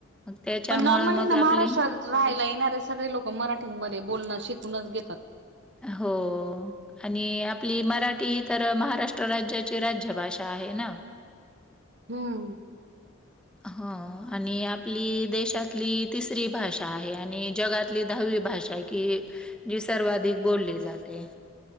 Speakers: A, in the centre; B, on the right.
A: मग त्याच्यामुळं
B: पण नॉर्मली
A: मग
B: ना महाराष्ट्रात
A: आपली
B: राहायला येणारे सगळे लोकं मराठीमध्ये बोलणं शिकूनच घेतात.
A: हो. आणि आपली मराठी ही तर महाराष्ट्र राज्याची, राज्यभाषा आहे ना.
B: हम्म.
A: हो आणि आपली देशातली तिसरी भाषा आहे. आणि जगातली दहावी भाषा आहे. की जी सर्वाधिक बोलली जाते.